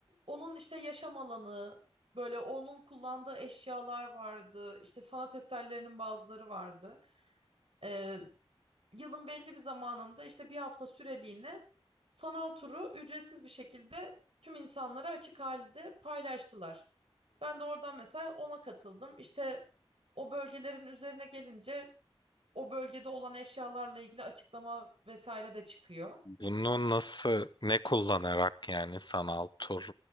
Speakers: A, on the right; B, on the left.
A: onun işte yaşam alanı, böyle onun kullandığı eşyalar vardı. İşte sanat eserlerinin bazıları vardı. E, yılın belli bir zamanında işte bir hafta süreliğine sanal turu ücretsiz bir şekilde tüm insanlara açık halde paylaştılar. Ben de oradan mesela ona katıldım. İşte o bölgelerin üzerine gelince o bölgede olan eşyalarla ilgili açıklama vesaire de çıkıyor.
B: Bunu nasıl, ne kullanarak yani sanal tur,